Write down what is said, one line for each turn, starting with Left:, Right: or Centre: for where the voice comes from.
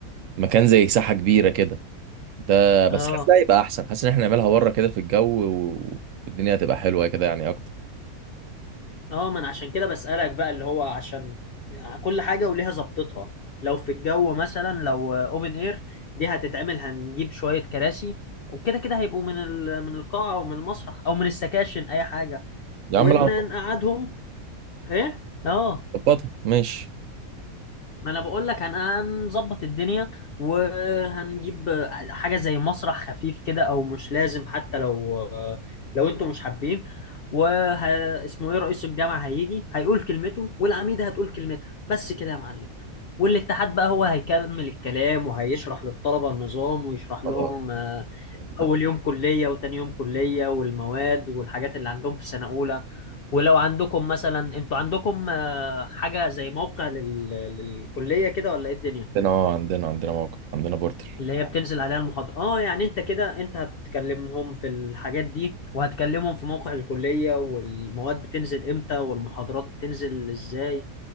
Right: مكان زي ساحة كبيرة كده ده بس
Left: اه
Right: حاسس ده هيبقى احسن حاسس ان احنا نعملها بره كده في الجو و- والدنيا هتبقى حلوة كده يعني اكتر
Left: اه ما انا عشان كده بسألك بقى اللي هو عشان كل حاجة وليها ظبطتها لو في الجو مثلا لو اوبن اير دي هتتعمل هنجيب شوية كراسي وكده كده هيبقوا من ال... من القاعة او من المسرح او من السكاشن اي حاجة
Right: يا
Left: وان
Right: عم لا
Left: نقعدهم ايه اه
Right: ظبطها ماشي
Left: ما انا بقول لك هن- هنظبط الدنيا وهنجيب حاجه زي مسرح خفيف كده او مش لازم حتى لو لو انتوا مش حابين وه اسمه ايه رئيس الجامعه هيجي هيقول كلمته والعميده هتقول كلمتها بس كده يا معلم والاتحاد بقى هو هيكمل الكلام وهيشرح للطلبه النظام ويشرح لهم
Right: اه
Left: آه،
Right: فهمتك.
Left: اول يوم كليه وتاني يوم كليه والمواد والحاجات اللي عندهم في سنه اولى ولو عندكم مثلا انتوا عندكم آه، حاجه زي موقع لل... للكليه كده ولا ايه الدنيا
Right: عندنا اه عندنا عندنا موقع عندنا بورتل
Left: اللي هي بتنزل عليها المحاضره اه يعني انت كده انت هتكلمهم في الحاجات دي وهتكلمهم في موقع الكليه والمواد بتنزل امتى والمحاضرات بتنزل ازاي